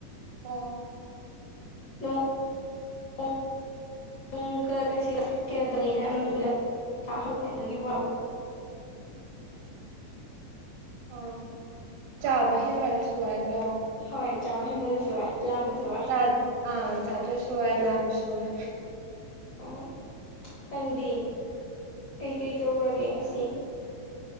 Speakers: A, on the right (about 85°); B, on the left (about 65°).
A: ꯑꯣ
B: <unintelligible> <unintelligible>
A: ꯑꯣ ꯆꯥꯕ ꯍꯦꯟꯃꯜꯂꯁꯨ ꯋꯥꯏꯀꯣ
B: ꯍꯣꯏ ꯆꯥꯕ ꯍꯦꯟꯃꯜꯂꯁꯨ ꯋꯥꯏ ꯂꯥꯝꯃꯁꯨ ꯋꯥꯢ
A: ꯆꯥꯠ ꯑꯥ ꯆꯥꯗ꯭ꯔꯁꯨ ꯋꯥꯏ ꯂꯥꯝꯃꯁꯨ ꯋꯥꯏ
B: ꯑꯣ ꯅꯪꯗꯤ ꯀꯩꯀꯩ ꯇꯧꯔꯨꯔꯒꯦ ꯉꯁꯤ